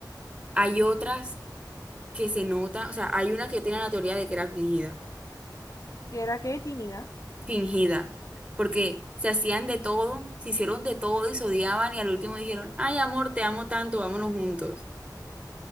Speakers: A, on the right; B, on the left.
A: hay otras que se nota, o sea, hay una que tiene la teoría de que era fingida,
B: ¿Y era qué tímida?
A: fingida, porque se hacían de todo, se hicieron de todo y se odiaban y al último dijeron, ay amor, te amo tanto, vámonos juntos.